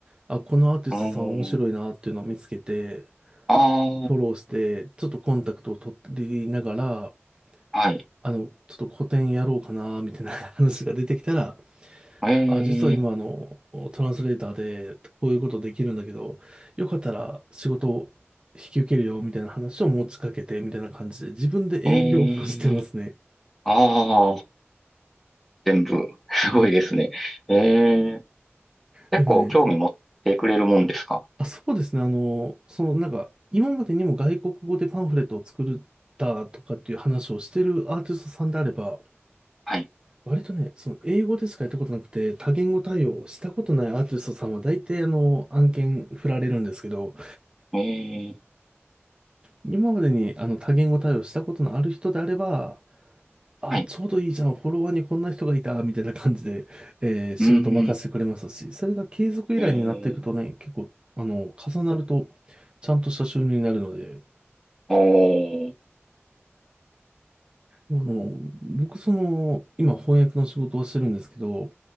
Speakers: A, on the right; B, in the centre.
A: あ、このアーティストさん面白いなっていうのを見つけて、
B: あのああ、
A: フォローして、ちょっとコンタクトを取りながら、
B: はい。
A: あの、ちょっと個展やろうかな、みたいな話が出てきたら、
B: え
A: あ、実は今、
B: え、
A: あの、トランスレーターで、こういうことできるんだけど、よかったら仕事を引き受けるよ、みたいな話を持ちかけて、みたいな感じで、自分で営業もしてますね。
B: ええ、ああ、全部、すごいですね。ええ、結構興味持ってくれるもんですか
A: でもね、あ、そうですね、あの、その、なんか、今までにも外国語でパンフレットを作ったとかっていう話をしてるアーティストさんであれば、
B: はい。
A: 割とね、その英語でしかやったことなくて、多言語対応をしたことないアーティストさんは大体あの、案件振られるんですけど、
B: ええ、
A: 今までにあの多言語対応したことのある人であれば、あ、
B: はい。
A: ちょうどいいじゃん、フォロワーにこんな人がいた、みたいな感じで、えー仕事任せてくれますし、
B: うん、
A: それが継続依頼になっていくとね、
B: ええ、
A: 結構、あの、重なると、ちゃんとした収入になるので、
B: おー、
A: あの、僕、その、今翻訳の仕事をしてるんですけど、